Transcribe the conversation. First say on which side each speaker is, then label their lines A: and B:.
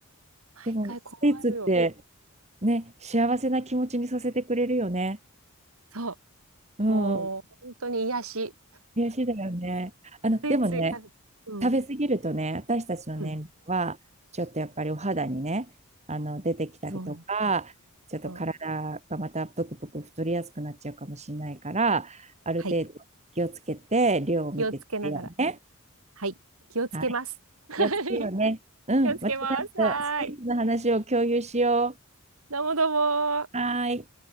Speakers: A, on the right; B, on the right.
A: 毎回困るよ。
B: でも、スイーツってね、幸せな気持ちにさせてくれるよね。
A: そ
B: うん。
A: う。もう本当に癒し。
B: 悔しいだよね。あの、
A: ついつい食べちゃう。
B: でもね、
A: うん。
B: 食べ過ぎるとね、私たちの年齢は、
A: うん。
B: ちょっとやっぱりお肌にね、あの出てきたりとか、
A: そうよ。
B: ちょっと体がまたぷくぷく太りやすくなっちゃうかもしれないから、
A: そう。
B: ある程度気をつけて、
A: はい。
B: 量を見てってよね。
A: 気をつけながら。はい。気をつけます。
B: はい。
A: <laughs> はい
B: 気をつけようね。うん。
A: 気をつけます。
B: 私たちとステージの話を共有しよ
A: はーい。どうもどうも
B: う。はーい。